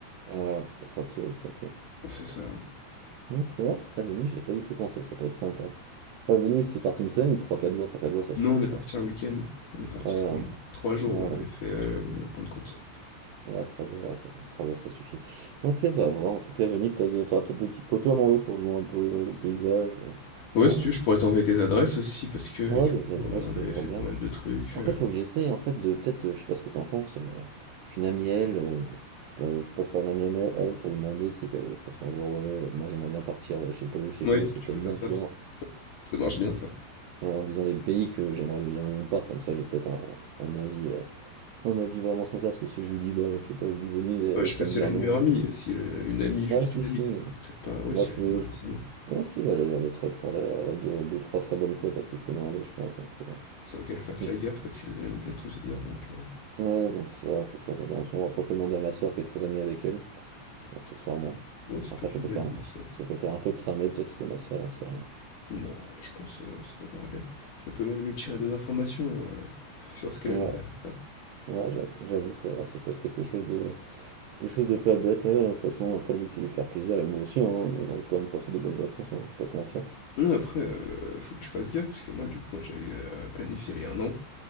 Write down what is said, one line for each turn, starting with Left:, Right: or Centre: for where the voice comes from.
Right: Ah, petite attrape touriste, ok.
Left: C'est ça, ouais.
Right: Ok, ouais, ça, Venise, j'y ai pas du tout pensé, ça peut être sympa. Enfin, Venise, t'es parti une semaine ou trois quatre jours? trois quatre jours, ça
Left: Non,
Right: suffit,
Left: on
Right: je
Left: est parti
Right: pense.
Left: un week-end. On est parti
Right: Ouais,
Left: trois
Right: un-
Left: jours. Trois jours,
Right: ouais,
Left: on avait fait euh, oui, la Pentecôte.
Right: un- ouais, trois jours, ouais, ça, trois jours, ça suffit. Ok, bah à voir. En tout cas, Venise, t'as des- t'auras peut-être des petites photos à m'envoyer pour jouer un peu euh, le paysage. euh,
Left: Ouais,
Right: enfin,
Left: si tu veux, je pourrais t'envoyer des adresses aussi, parce que
Right: ouais,
Left: du
Right: des
Left: coup,
Right: adresses
Left: on
Right: que
Left: avait
Right: je regarde.
Left: fait pas mal de trucs.
Right: En
Left: euh.
Right: fait, faut que j'essaye, en fait, de peut-être, euh, je sais pas ce que t'en penses, euh, qu'une amie, elle, euh, je, pa- je passe par une amie à elle à elle pour lui demander, tu sais, que, de toute façon, genre, ouais, euh, moi j'aimerais bien partir, euh, je sais pas où, je sais
Left: Ouais,
Right: pas où, est-ce que t'aimes
Left: tu peux faire
Right: bien,
Left: ça.
Right: tu
Left: c-
Right: vois,
Left: Ça, ça marche bien, ça.
Right: Ouais, en disant les pays que j'aimerais bien où on parte, comme ça, j'ai peut-être un, un avis, euh, un avis vraiment sincère, parce que si je lui dis, bah, je sais pas, je lui dis Venise, elle
Left: Ouais,
Right: ose
Left: je sais pas
Right: pas
Left: si
Right: me dire
Left: elle a une
Right: non.
Left: meilleure amie. Si elle a une amie, juste
Right: Ah si
Left: une
Right: si,
Left: amie, ce serait peut-être pas. Ouais,
Right: moi
Left: si
Right: je
Left: elle
Right: peux...
Left: a une meilleure amie,
Right: je-
Left: c'est bien.
Right: Ah si, elle est, elle est très pro, elle a, elle a deux, deux, trois très bonnes potes à qui je peux demander, je pense. Donc, euh,
Left: Sans qu'elles fassent
Right: donc-
Left: la gaffe parce qu'elles aiment bien tout se dire, donc heu,
Right: ouais, donc ça, faut que je fasse attention. Après, je peux demander à ma soeur qui est très amie avec elle, accessoirement.
Left: ouais, ça
Right: Après,
Left: peut être
Right: ça
Left: une
Right: peut
Left: bonne
Right: faire
Left: idée
Right: un peu,
Left: ça.
Right: ça peut faire un peu cramer, peut-être c'est ma soeur, j'en sais rien.
Left: Non, je pense, heu, ça devrait aller. Elle peut même lui tirer des informations, heu, sur ce qu'elle
Right: Ouais,
Left: aimerait faire.
Right: ouais, j'avoue, j'avoue, c'est vrai, ça peut être quelque chose de, quelque chose de pas bête. ouais, de toute façon, après le but c'est lui faire plaisir et moi aussi, hein, moi, j'ai envie quand même de passer des bonnes vacances, hein, je vais pas te mentir.
Left: Non, après, heu, faut que tu fasses gaffe parce que moi, du coup, j'avais, heu, planifié les un an